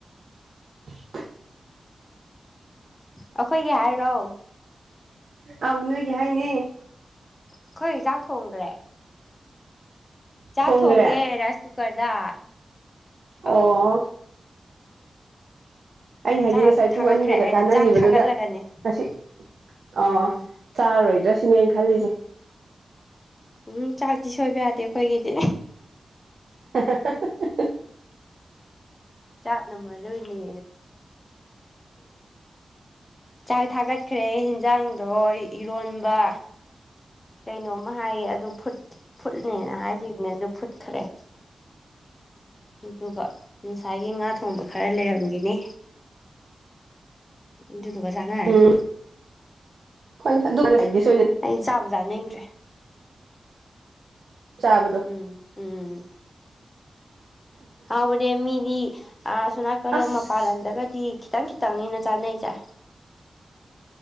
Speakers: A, on the right; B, on the left.
A: ꯎ
B: ꯑꯩꯈꯣꯏꯒꯤ ꯍꯥꯏꯔꯣ
A: ꯑꯥꯎꯅꯒꯦ ꯍꯥꯏꯅꯦ
B: ꯑꯩꯈꯣꯏ ꯔꯤꯖꯥꯛ ꯊꯣꯡꯗ꯭ꯔꯦ ꯆꯥꯛ
A: ꯊꯣꯡꯈ꯭ꯔꯦ
B: ꯊꯣꯡꯉꯦ ꯔꯥꯏꯁ ꯀꯨꯀꯔꯗ
A: ꯑꯣ
B: ꯑꯧ
A: ꯑꯩꯅ ꯍꯥꯏꯅꯤꯡ
B: ꯆꯥꯛ
A: ꯉꯁꯥꯏ
B: ꯑꯗꯨꯝ
A: ꯄꯨꯡ
B: ꯊꯥꯒꯠꯈ꯭ꯔꯦ
A: ꯑꯅꯤꯗꯒ
B: ꯑꯩꯅ
A: ꯇꯥꯅꯈꯤꯕꯗꯨꯗ
B: ꯆꯥꯛ ꯊꯥꯒꯠꯂꯒꯅꯦ
A: ꯉꯁꯤ ꯑ
B: ꯑꯥ
A: ꯆꯥꯔꯣꯏꯗ꯭ꯔꯥ ꯁꯤꯅꯤ ꯑꯩꯅ ꯈꯜꯂꯤꯁꯦ
B: ꯎꯝ ꯆꯥꯛꯇꯤ ꯁꯣꯏꯕ ꯌꯥꯗꯦ ꯑꯩꯈꯣꯏꯒꯤꯗꯤ
A: <inaudible>
B: ꯆꯥꯛꯅ ꯃꯔꯨꯅꯤ ꯆꯥꯛ ꯊꯥꯒꯠꯈ꯭ꯔꯦ ꯍꯤꯟꯖꯥꯡꯗꯣ ꯏꯔꯣꯟꯕ ꯀꯩꯅꯣꯝꯃ ꯍꯥꯏꯌꯦ ꯑꯗꯨ ꯐꯨꯠꯅꯦꯅ ꯍꯥꯏꯈꯤꯕꯅꯦ ꯑꯗꯨ ꯐꯨꯠꯈ꯭ꯔꯦ ꯑꯗꯨꯒ ꯉꯁꯥꯏꯒꯤ ꯉꯥ ꯊꯣꯡꯕ ꯈꯔ ꯂꯩꯔꯝꯈꯤꯅꯤ ꯑꯗꯨ ꯗꯨꯒ ꯆꯅꯔꯅꯤ
A: ꯎꯝ ꯍꯣꯏ ꯑꯗꯨ ꯁꯣꯏꯗꯤꯁ ꯑꯣꯢꯅꯅꯤ
B: ꯑꯩ ꯆꯥꯕꯨ ꯆꯥꯅꯤꯡꯗ꯭ꯔꯦ
A: ꯆꯥꯕꯗꯣ
B: ꯎꯝ ꯎꯝ ꯍꯥꯎꯕꯅꯦ ꯃꯤꯗꯤ ꯑ ꯁꯣꯅꯥꯀꯜꯂꯣꯝ
A: ꯑꯁ
B: ꯃꯄꯥꯟ ꯂꯣꯝꯗꯒꯗꯤ ꯈꯤꯇꯪ ꯈꯤꯇꯪꯅꯤꯅ ꯆꯥꯅꯩꯁꯦ